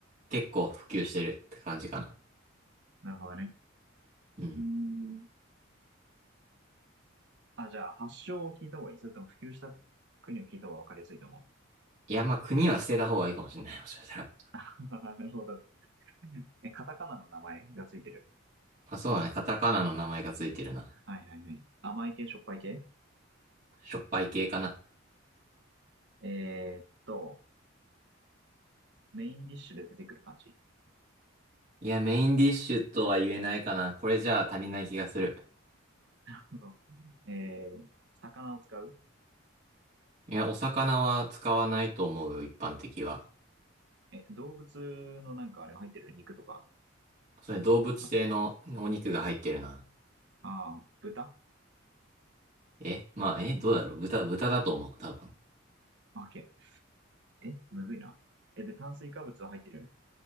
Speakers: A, on the right (about 35°); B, on the right (about 55°).
A: 結構普及してるって感じかな。
B: なるほどね。
A: うん。
B: うーん。あ、じゃあ、発祥を聞いた方がいい。それとも普及した国を聞いた方が分かりやすいと思う。
A: いや、まあ、国は捨てた方がいいかもしれない、もしかしたら。
B: <laughs> あははなるほど。え、カタカナの名前がついてる。
A: まあ、そうだね。カタカナの名前がついてるな。
B: はいはいはい。甘い系、しょっぱい系
A: しょっぱい系かな。
B: えーっと、メインディッシュで出てくる感じ。
A: いや、メインディッシュとは言えないかな。これじゃあ足りない気がする。
B: <laughs> えー、魚を使う
A: いや、お魚は使わないと思うよ、一般的は。
B: え、動物のなんかあれが入ってる肉とか、
A: それ動物性のお肉が入ってるな。
B: まず。ああ、豚
A: えまあ、えどうだろう豚、豚だと思う、多分。
B: オッケー。え、むずいな。え、で、炭水化物は入ってる